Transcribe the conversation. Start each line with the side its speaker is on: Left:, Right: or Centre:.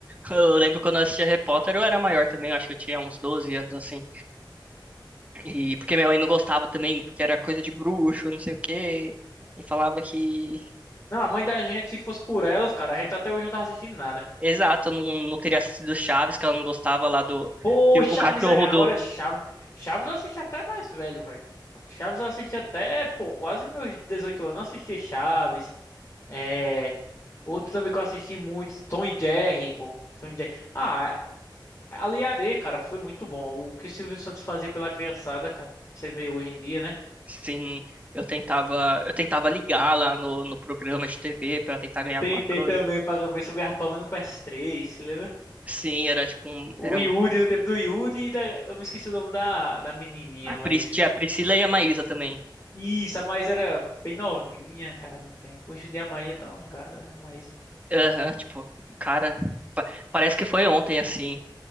Right: Eu lembro quando eu assistia Harry Potter, eu era maior também, eu acho que eu tinha uns 12 anos assim. E porque minha mãe não gostava também, porque era coisa de bruxo, não sei o quê. E falava que.
Left: Não, a mãe da gente, se fosse por elas, cara, a gente até hoje não tava assistindo nada.
Right: Exato, não, não teria sido Chaves, que ela não gostava lá do.
Left: Pô,
Right: que
Left: Chaves,
Right: o cachorro
Left: é- agora
Right: do,
Left: Chaves. Chaves eu assisti até mais velho, velho. Chaves eu assisti até, pô, quase meus 18 anos eu assisti Chaves. É. Outro também que eu assisti muito, Tom e Jerry, pô. Tom e Jerry. Ah, ali a T, cara, foi muito bom. O que o Silvio Santos fazia pela criançada, cara. Você vê hoje em dia, né?
Right: Sim, eu tentava, eu tentava ligar lá no, no programa de TV pra tentar ganhar
Left: Tentei
Right: alguma coisa.
Left: também pra ver se eu ganhava pelo menos no PS3, se lembra?
Right: Sim, era tipo um,
Left: O
Right: era um,
Left: Yuri, do tempo do Yuri e da... Eu me esqueci o nome da, da menininha,
Right: a Pris,
Left: mas...
Right: tinha a Priscila e a Maísa também.
Left: Isso, a Maísa era bem novinha, cara, no tempo. Hoje em dia a Maísa tá langada, né? Maísa.
Right: Aham, tipo, cara, pa- parece que foi ontem assim.